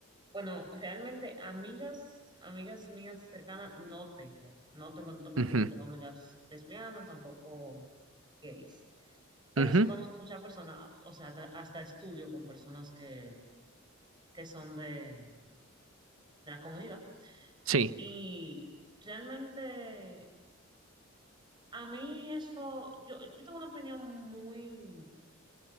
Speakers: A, on the right; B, on the right.
A: bueno, realmente amigas, amigas mías cercanas no tengo. No tengo, no te puedo
B: Ujú,
A: decir que tengo amigas lesbianas, tampoco gays. Pero
B: ujú,
A: sí conozco muchas personas, o sea, hasta, hasta estudio con personas que, que son de, de la comunidad.
B: sí,
A: Y realmente a mí eso, yo, yo tengo una opinión muy,